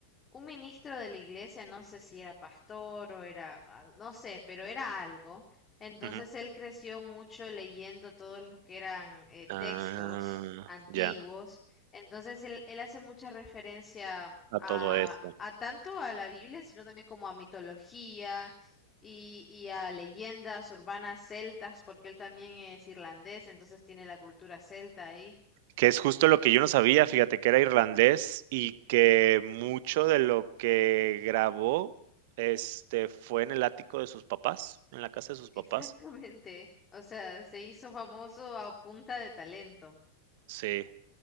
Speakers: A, on the left; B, on the right.
A: un ministro de la iglesia, no sé si era pastor o era, ah, no sé, pero era algo. Entonces
B: ujú.
A: él creció mucho leyendo todos los que eran eh,
B: Ah,
A: textos antiguos.
B: ya,
A: Entonces él, él hace mucha referencia
B: a
A: a,
B: todo eso.
A: a tanto a la Biblia, sino también como a mitología y, y a leyendas urbanas celtas, porque él también es irlandés, entonces tiene la cultura celta ahí. <laughs>
B: Que es justo lo que yo no sabía, fíjate que era irlandés y que mucho de lo que grabó este, fue en el ático de sus papás, en la casa de sus
A: Exactamente.
B: papás.
A: O sea, se hizo famoso a punta de talento.
B: Sí.